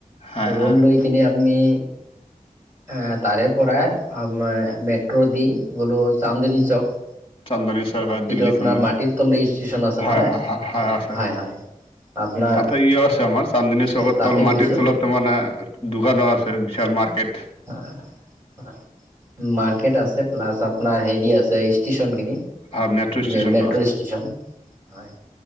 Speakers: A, on the left; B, on the right.
A: হয়
B: ৰুম
A: হয়
B: লৈ কিনে আপনি এ তাৰে পৰাই আ মেট্ৰ' দি, গ'লো চান্দনী চক।
A: চান্দনি <unintelligible>
B: যিটো
A: দিল্লী
B: আপোনাৰ
A: চানদনি
B: মাটিৰ তল ষ্টেচন আছে
A: হয়,
B: নহয়
A: হয়, হয়, আছে।
B: হয় আপোনাৰ
A: তাতে ইয়ো আছে আমাৰ চান্দনী চৌকত
B: তাতে
A: তল মাটিৰ
B: গৈছো
A: তলত ত' মানে, দোকানো আছে বিশাল মাৰ্কেট।
B: হয়, হয়, মাৰ্কেট আছে। প্লাছ আপোনাৰ হেৰি আছে ষ্টিচন খিনি।
A: হয় মেট্ৰ' ষ্টেচনটো
B: যে মেট্ৰ'
A: আছে
B: ষ্টেশন, হয়।